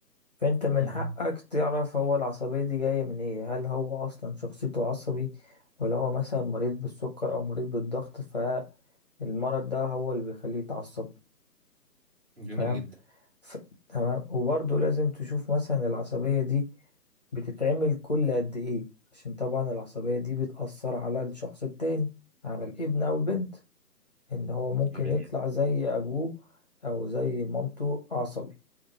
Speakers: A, on the left; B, on the right.
A: فأنت من
B: مم.
A: حقك تعرف هو العصبية دي جاية من إيه هل هو أصلا شخصيته عصبي ولا هو مثلا مريض بالسكر أو مريض بالضغط فالمرض ده هو اللي بيخليه يتعصب
B: جميل
A: فاهم
B: جدا
A: ف... تمام وبرضه لازم تشوف مثلا العصبية دي بتتعمل كل قد إيه عشان طبعا العصبية دي بتأثر على الشخص التاني على الابن أو البنت ان هو ممكن
B: جميل
A: يطلع
B: جدا
A: زي ابوه او زي مامته عصبي